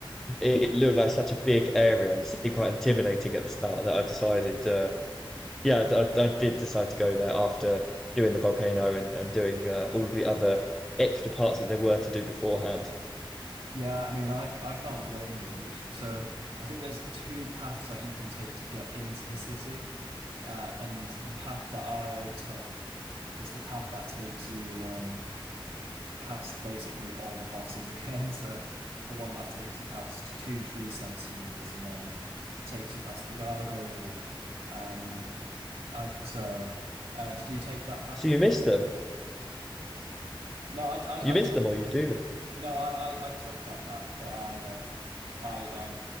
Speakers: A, in the centre; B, on the right.
A: it, it looked like such a big area and seemed quite intimidating at the start that I decided, uh, yeah, I, I- I did decide to go there after doing the volcano and, and doing uh, all of the other extra parts that there were to do beforehand.
B: Yeah, I mean I I can't blame you, literally. So I think there's two paths that you can take to get into the city, uh, and the path that I took is the path that takes you. Um, past basically all the bosses <laughs> again. So the one that takes you past two tree sentinels and then takes you past the gargoyle. Um, I, so uh, did you take that path
A: So
B: as
A: you
B: well?
A: miss them.
B: No, I, I,
A: You
B: I
A: miss
B: took
A: them or you do them.
B: no, I, I, I took that path, but I, uh, I, I,